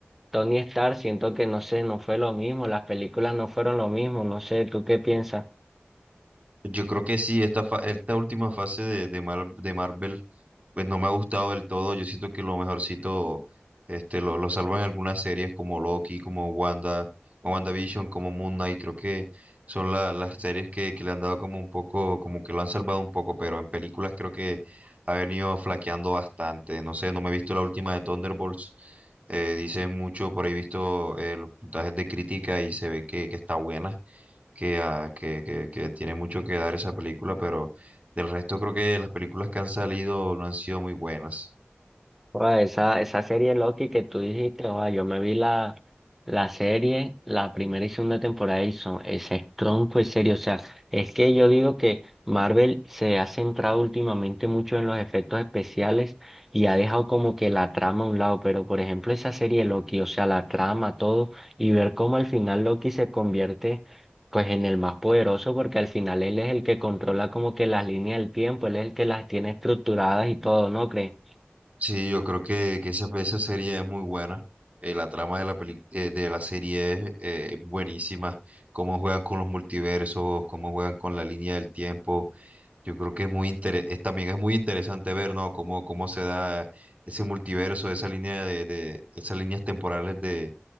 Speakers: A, in the centre; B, on the right.
A: Tony Stark, siento que, no sé, no fue lo mismo, las películas no fueron lo mismo, no sé, ¿tú qué piensas?
B: Yo creo que sí, esta, fa- esta última fase de, de, Mar- de Marvel, pues no me ha gustado del todo. Yo siento que lo mejorcito este, lo, lo salvan algunas series como Loki, como Wanda, como WandaVision, como Moon Knight. Creo que son la- las series que, que le han dado como un poco, como que lo han salvado un poco, pero en películas creo que ha venido flaqueando bastante. No sé, no me he visto la última de Thunderbolts. Eh, dicen mucho, por ahí he visto eh, los puntajes de crítica y se ve que, que está buena que, ah, que, que- que tiene mucho que dar esa película, pero del resto creo que las películas que han salido no han sido muy buenas.
A: Joda, esa, esa serie Loki que tú dijiste, joda, yo me vi la, la serie, la primera y segunda temporada y son, ese tronco es serio. O sea, es que yo digo que Marvel se ha centrado últimamente mucho en los efectos especiales y ha dejado como que la trama a un lado. Pero por ejemplo, esa serie Loki, o sea, la trama, todo, y ver cómo al final Loki se convierte pues en el más poderoso, porque al final él es el que controla como que las líneas del tiempo, él es el que las tiene estructuradas y todo, ¿no crees?
B: Sí, yo creo que, que esa, esa serie es muy buena. Eh, la trama de la, peli- eh, de la serie es eh, buenísima. Cómo juegan con los multiversos, cómo juegan con la línea del tiempo. Yo creo que es muy intere- es, también es muy interesante ver, ¿no? Cómo, cómo se da ese multiverso, esa línea de, de esas líneas temporales de,